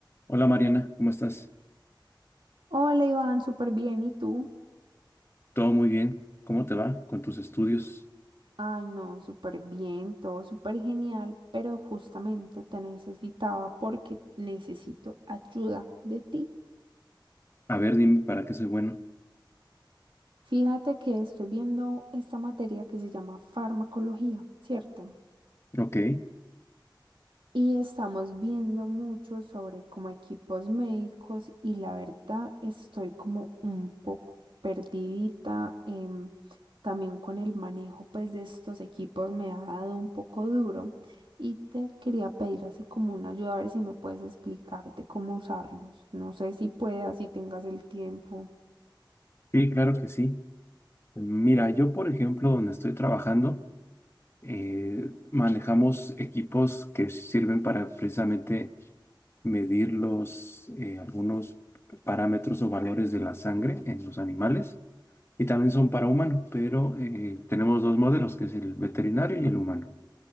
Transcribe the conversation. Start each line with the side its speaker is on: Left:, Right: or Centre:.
Left: Hola Mariana, ¿cómo estás?
Right: Hola Iván, súper bien. ¿Y tú?
Left: Todo muy bien. ¿Cómo te va con tus estudios?
Right: Ay, no, súper bien, todo súper genial, pero justamente te necesitaba porque necesito ayuda de ti.
Left: A ver, dime para qué soy bueno.
Right: Fíjate que estoy viendo esta materia que se llama farmacología, ¿cierto?
Left: Ok,
Right: Y estamos viendo mucho sobre como equipos médicos y la verdad estoy como un poco perdidita. em, también con el manejo pues de estos equipos me ha dado un poco duro y te quería pedir así como una ayuda a ver si me puedes explicar de cómo usarlos. No sé si puedas, si tengas el tiempo.
Left: sí, claro que sí. Mira, yo por ejemplo, donde estoy trabajando, eh, manejamos equipos que sirven para precisamente medir los, eh, algunos parámetros o valores de la sangre en los animales y también son para humano, pero eh, tenemos dos modelos, que es el veterinario y el humano.